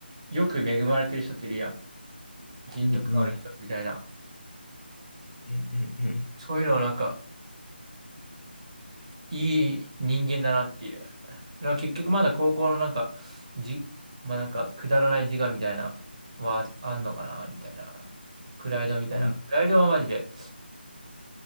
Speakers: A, on the right; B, on the left.
A: よく恵まれてる人っているやん。人徳がある人みたいな。
B: うんうんうんうんうん
A: そういうのはなんかいい人間だなっていう。だから結局まだ高校のなんか、じ、まあなんか、くだらない自我みたいな、はあんのかな、みたいな。プライドみたいな。
B: うん
A: プライドはマジで、